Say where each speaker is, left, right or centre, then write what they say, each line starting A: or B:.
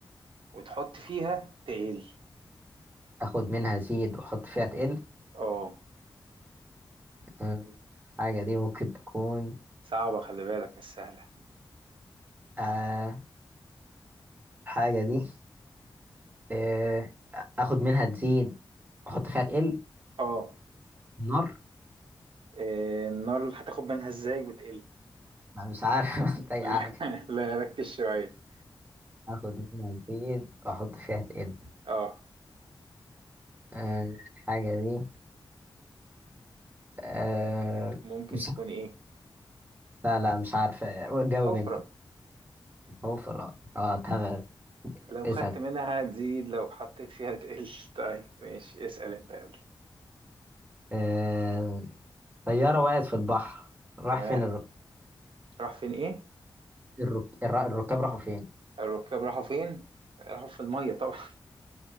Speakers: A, on the right (about 85°); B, on the right (about 20°).
A: وتحط فيها تقل
B: اخد منها زيد واحط فيها تقل
A: اه
B: أمم، الحاجه دي ممكن تكون
A: صعبة خلي بالك مش سهلة
B: آه الحاجه دي آه اخد منها تزيد واحط فيها تقل
A: اه
B: نار
A: آه، النار اللي هتاخد منها ازاي وتقل
B: انا مش عارف <laughs> أحط
A: <laughs>
B: اي
A: لا
B: حاجه
A: لا، ركز شوية
B: اخد منها تزيد واحط فيها تقل
A: اه
B: آه الحاجه دي أه
A: ممكن
B: مش
A: تكون ايه
B: لا لا مش عارف آه، جاوب
A: الحفرة
B: انت هو في الرأي اه تمام
A: لو
B: اسأل
A: خدت منها هتزيد لو حطيت فيها تقل <laughs> طيب ماشي اسأل انت يلا
B: أه طيارة وقعت في البحر راح
A: تمام
B: فين الرك...
A: راح فين ايه
B: الرك... الر- الركاب راحوا فين
A: الركاب راحوا فين راحوا في الميه طبعا